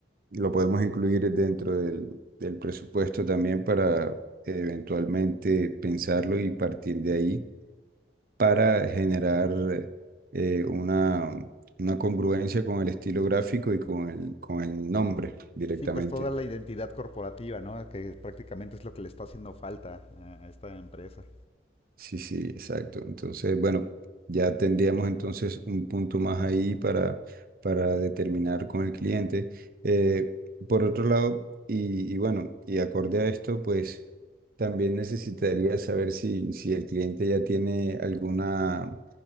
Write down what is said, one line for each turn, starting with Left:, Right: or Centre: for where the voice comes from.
Right: lo podemos incluir dentro del, del presupuesto también para eh, eventualmente pensarlo y partir de ahí para generar eh, una, una congruencia con el estilo gráfico y con el, con el nombre directamente.
Left: Sí, pues toda la identidad corporativa, ¿no? Que prácticamente es lo que le está haciendo falta a- a esta empresa.
Right: Sí, sí, exacto. Entonces, bueno, ya tendríamos entonces un punto más ahí para, para determinar con el cliente. Eh, por otro lado, y, y bueno, y acorde a esto, pues también necesitaría saber si, si el cliente ya tiene alguna